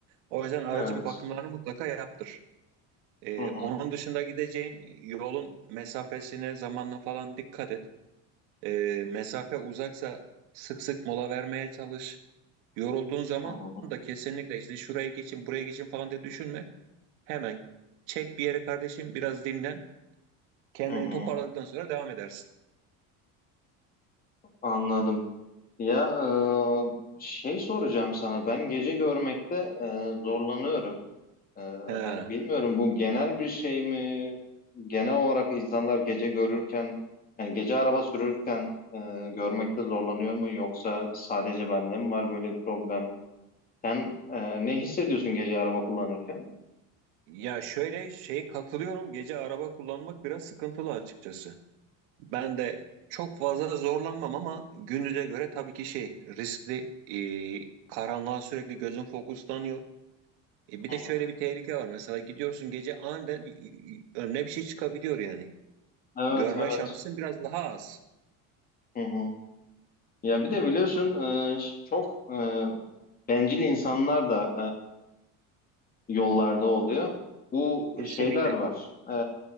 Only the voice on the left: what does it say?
Evet.
Hı hı.
Hı hı.
Hı hı.
Anladım. Ya e, şey soracağım sana. Ben gece görmekte e, zorlanıyorum. Ee,
hani bilmiyorum bu genel bir şey mi? Genel olarak insanlar gece görürken, hani gece araba sürürken e, görmekte zorlanıyor mu? Yoksa sadece bende mi var böyle bir problem? Sen e, ne hissediyorsun gece araba kullanırken?
Hı
hı.
Evet,
evet.
Hı hı. Ya bir de biliyorsun e, ş- çok e, bencil insanlar da e, yollarda oluyor. Bu
şeyler var. E,